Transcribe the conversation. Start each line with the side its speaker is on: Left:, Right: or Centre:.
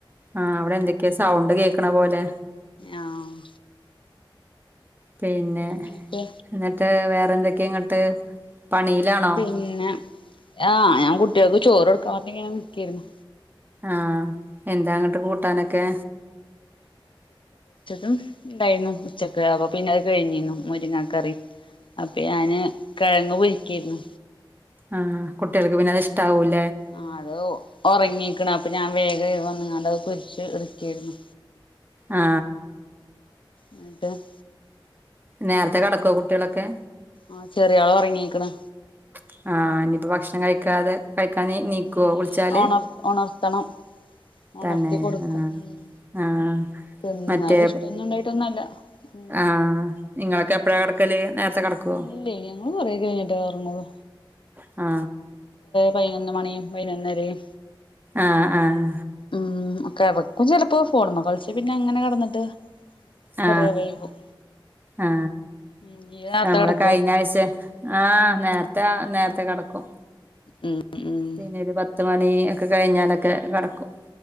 Right: ആഹ് അവിടെ എന്തൊക്കെയാ സൗണ്ട് കേക്കണ പോലെ
Left: ആഹ്
Right: പിന്നെ
Left: എന്നിട്ട്
Right: എന്നിട്ട് വേറെ എന്തൊക്കെ ഇങ്ങട്ട് പണിയിലാണോ
Left: പിന്നെ ആഹ് ഞാൻ കുട്ടികൾക്ക് ചോറൊടുക്കാൻ വേണ്ടിങ്ങനെ നിക്കായ്രുന്നു.
Right: ആഹ് എന്താങ്ങട്ട് കൂട്ടാനൊക്കെ?
Left: ഉം ഉണ്ടായിരുന്നു ഉച്ചക്ക് അപ്പൊ പിന്നെ അത് കഴിഞ്ഞിന്നു മുരിങ്ങാകറി അപ്പൊ ഞാന് കെഴങ്ങ് പൊരിക്കായിരുന്നു.
Right: ആ കുട്ട്യൾക്ക് പിന്നെത് ഇഷ്ടാവൂല
Left: ആ അത് ഒറങ്ങീക്ക്ണ് അപ്പൊ ഞാൻ വേഗം വന്നുങ്ങാണ്ട് പൊരിച്ച് എടു കേരുന്നു
Right: ആ
Left: എന്നിട്ട്
Right: നേര <unintelligible> ക്കൊ കുട്ടികളൊക്കെ?
Left: ആ ചെറിയാള് ഉറങ്ങിക്ക്ണ്.
Right: <unintelligible> ആ ഇനിയിപ്പോ ഭക്ഷണം കഴിക്കാതെ കഴിക്കാ ന് നീക്കുവോ
Left: ഇനി
Right: വിളിച്ചാല്
Left: ഒണർ ഒണർത്തണം ഒണർത്തി
Right: തന്നെ
Left: കൊടുക്കും
Right: ആ
Left: ഉം
Right: ആ
Left: തിന്നാല്
Right: മറ്റേ
Left: ഇഷ്ടൊന്നും ഉണ്ടായിട്ടൊന്നല്ല ഉം
Right: ആ നിങ്ങളൊക്കെ എപ്പഴാ കെടക്കല് നേരത്തെ കെടക്കുവോ
Left: ഇല്ല ഞങ്ങള് കുറെ കഴിഞ്ഞിട്ടെ ഉറങ്ങോള്ളൂ..
Right: ആ
Left: പൈൊനൊന്നു മണിയും പതിനൊന്നരെം
Right: ആഹ് ആഹ്
Left: ഉം കെടക്കും ചെലപ്പോ ഫോൺമ്മെ കളിച്ച് പിന്നെങ്ങനെ കെടന്നിട്ട്
Right: ആ
Left: കൊറേ വൈകും
Right: ആ
Left: ഉം ഇയ്യ് നേർത്തെ
Right: നമ്മളെ
Left: കെടക്കോ
Right: കഴിഞ്ഞാഴ്ച ആ നേരത്തെ നേരത്തെ കെടക്കും
Left: ഉം ഉം
Right: പിന്നെരു പത്ത് മണി ഒക്കെ കഴിഞ്ഞാലൊക്കെ കടക്കും